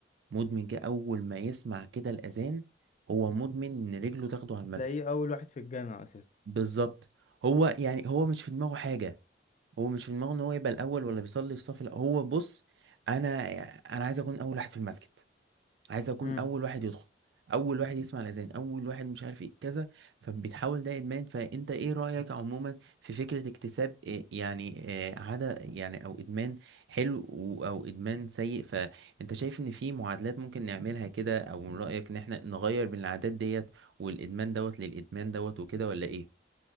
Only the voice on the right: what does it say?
مدمن كده اول ما يسمع كده الاذان هو مدمن ان رجله تاخده على المسجد
بالظبط هو يعني هو مش في دماغه حاجه هو مش في دماغه ان هو يبقى الاول ولا بيصلي في صف الأول. هو بص انا انا عايز اكون اول واحد في المسجد عايز اكون
اول واحد يدخل اول واحد يسمع الاذان اول واحد مش عارف ايه كذا فبتحاول ده ادمان فانت ايه رايك عموما في فكره اكتساب إيه يعني إيه عاده يعني او ادمان حلو و- او ادمان سيء فانت شايف ان في معادلات ممكن نعملها كده او من رايك ان احنا نغير من العادات ديت والادمان دوت للادمان دوت وكده ولا ايه